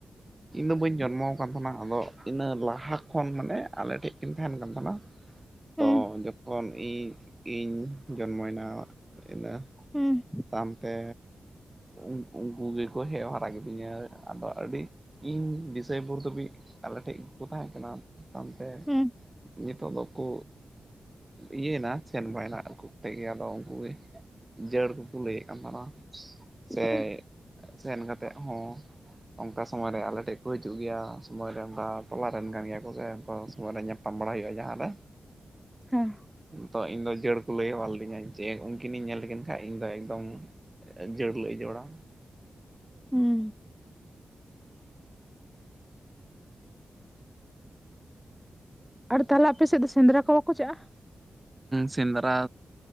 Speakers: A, on the right; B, in the centre.
A: ᱤᱧᱫᱚ ᱵᱟᱹᱧ ᱡᱚᱱᱢᱚ ᱟᱠᱟᱱ ᱛᱟᱦᱮᱱᱟ ᱟᱫᱚ ᱤᱱᱟᱹ ᱞᱟᱦᱟ ᱠᱷᱚᱱ ᱢᱟᱱᱮ ᱟᱞᱮᱴᱷᱮᱱ ᱠᱤᱱ ᱛᱟᱦᱮᱱ ᱠᱟᱱ ᱛᱟᱦᱮᱱᱟ ᱛᱚ
B: ᱦᱩᱸ
A: ᱡᱚᱠᱷᱚᱱ ᱤᱧ ᱤᱧ ᱡᱚᱱᱢᱚᱭᱮᱱᱟ ᱤᱱᱟᱹ
B: ᱦᱩᱸ
A: ᱛᱟᱭᱱᱚᱢ ᱛᱮ ᱩᱱ ᱩᱱᱠᱩ ᱜᱮᱠᱚ ᱦᱮᱡ ᱦᱟᱨᱟ ᱠᱤᱫᱤᱧᱟ ᱟᱫᱚ ᱟᱹᱰᱤ ᱤᱧ ᱫᱤᱥᱟᱹᱭ ᱵᱷᱳᱨ ᱫᱷᱟᱹᱵᱤᱡ ᱟᱞᱮ ᱴᱷᱮᱡ ᱜᱮᱠᱚ ᱛᱟᱦᱮᱸ ᱠᱟᱱᱟ ᱛᱟᱭᱚᱢᱛᱮ
B: ᱦᱩᱸ
A: ᱱᱤᱛᱚᱜ ᱫᱚᱠᱚ ᱤᱭᱟᱹᱭᱱᱟ, ᱥᱮᱱ ᱵᱟᱭᱱᱟ <unintelligible> ᱠᱟᱛᱮ ᱜᱮ ᱟᱫᱚ ᱩᱱᱠᱩᱜᱮ- ᱡᱟᱹᱲ ᱠᱚ ᱞᱟᱹᱭ ᱮᱫ ᱠᱟᱱ ᱛᱟᱦᱮᱱᱟ ᱥᱮ
B: ᱦᱩᱸ
A: ᱥᱮᱱ ᱠᱟᱛᱮᱫ ᱦᱚᱸ ᱚᱱᱠᱟ ᱥᱚᱢᱳᱭ ᱨᱮ ᱟᱞᱮᱴᱷᱮᱡ ᱠᱚ ᱦᱤᱡᱩᱜ ᱜᱮᱭᱟ ᱥᱳᱢᱳᱭ ᱨᱮ ᱚᱱᱠᱟ ᱴᱚᱞᱟ ᱨᱮᱱ ᱠᱟᱱ ᱜᱮᱭᱟ ᱠᱚ ᱟ ᱠᱚᱜᱮ ᱚ ᱥᱚᱢᱚᱭ ᱨᱮ ᱧᱟᱯᱟᱢ ᱵᱟᱲᱟ ᱦᱩᱭᱩᱜᱼᱟ ᱡᱟᱦᱟᱸ ᱨᱮ
B: ᱦᱮᱸ
A: ᱛᱚ ᱤᱧᱫᱚ ᱡᱟᱹᱲ ᱠᱚ ᱞᱟᱹᱭ ᱦᱮᱣᱟ ᱞᱤᱫᱤᱧᱟ ᱡᱮ ᱩᱱᱠᱤᱱᱤᱧ ᱧᱮᱞ ᱞᱮᱠᱤᱱ ᱠᱷᱟᱱ ᱤᱧᱫᱚ ᱮᱠᱫᱚᱢ ᱡᱟᱹᱲ ᱞᱮ ᱡᱚᱲᱟ ᱾
B: ᱦᱩᱸ ᱟᱨ ᱛᱟᱞᱦᱮ ᱟᱯᱮ ᱥᱮᱫ ᱫᱚ ᱥᱮᱸᱫᱽᱨᱟ ᱠᱚ ᱵᱟᱠᱚ ᱪᱟᱜᱼᱟ?
A: ᱥᱮᱸᱫᱽᱨᱟ